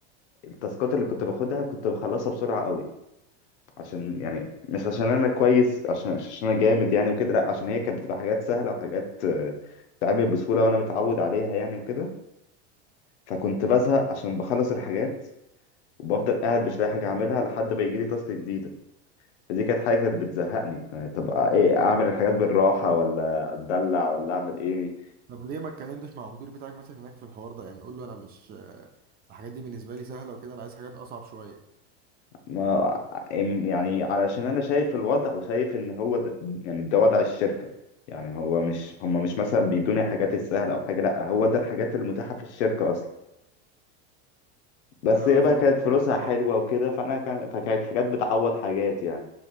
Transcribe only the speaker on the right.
طب ليه ما اتكلمتش مع المدير بتاعك مثلا هناك في الحوار ده يعني قول له انا مش آه، الحاجات دي بالنسبة لي سهلة وكده انا عايز حاجات اصعب شوية
اه
فهو
كده
كده موجود